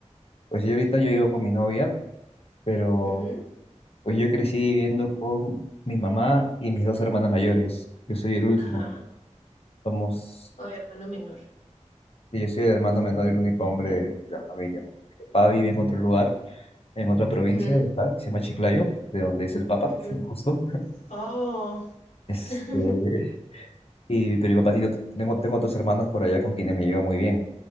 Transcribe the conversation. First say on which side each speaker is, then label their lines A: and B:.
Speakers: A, on the left; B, on the left.
A: Pues yo ahorita yo vivo con mi novia, pero
B: Ujú,
A: pues yo crecí viviendo con mi mamá y mis dos hermanas mayores. Yo soy el último.
B: Ajá.
A: Somos,
B: o hermano menor.
A: y yo soy el hermano menor y el único hombre de la familia. Mi papá vive en otro lugar en otra provincia
B: Ujú,
A: de acá, que se llama Chiclayo, de donde es el Papa,
B: ujú.
A: <laughs> justo.
B: Oh,
A: Este,
B: <laughs>
A: y, pero mi papá tiene, ot- tengo, tengo otros hermanos por allá con quienes me llevo muy bien.